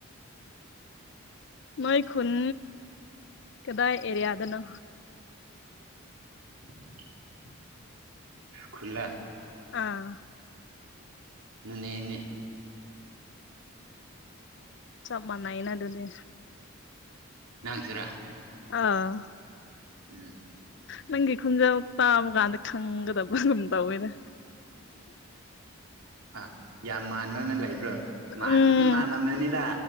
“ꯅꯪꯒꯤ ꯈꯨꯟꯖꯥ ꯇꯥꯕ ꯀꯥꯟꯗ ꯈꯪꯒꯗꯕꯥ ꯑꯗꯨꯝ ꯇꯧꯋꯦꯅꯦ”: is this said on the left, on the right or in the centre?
Left